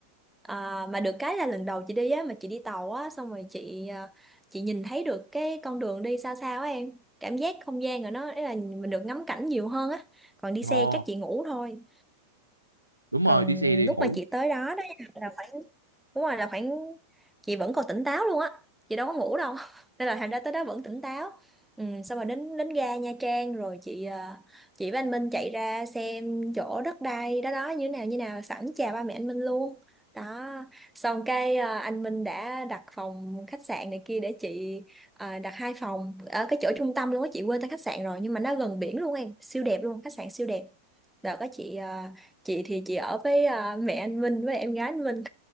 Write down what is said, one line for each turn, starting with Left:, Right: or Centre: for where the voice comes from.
Centre: à, mà được cái là lần đầu chị đi á mà chị đi tàu á xong rồi chị à, chị nhìn thấy được cái con đường đi xa xa á em cảm giác không gian rồi nó ý là mình được ngắm cảnh nhiều hơn á còn đi
Right: Ồ,
Centre: xe chắc chị ngủ thôi
Right: đúng
Centre: còn
Right: rồi, đi xe đi
Centre: lúc
Right: ngủ.
Centre: mà chị tới đó đó nha, là phải đúng rồi là khoảng chị vẫn còn tỉnh táo luôn á chị đâu có ngủ đâu <laughs> nên là thành ra tới đó vẫn tỉnh táo ừ, xong rồi đến đến ga Nha Trang rồi chị à, chị với anh Minh chạy ra xem chỗ đất đai đó đó như thế nào như thế nào sẵn chào ba mẹ anh Minh luôn đó xong cái à, anh Minh đã đặt phòng khách sạn này kia để chị à, đặt hai phòng ở cái chỗ trung tâm luôn á chị quên tên khách sạn rồi nhưng mà nó gần biển luôn em siêu đẹp luôn khách sạn siêu đẹp đợt có chị à, chị thì chị ở với à, mẹ anh Minh với em gái anh Minh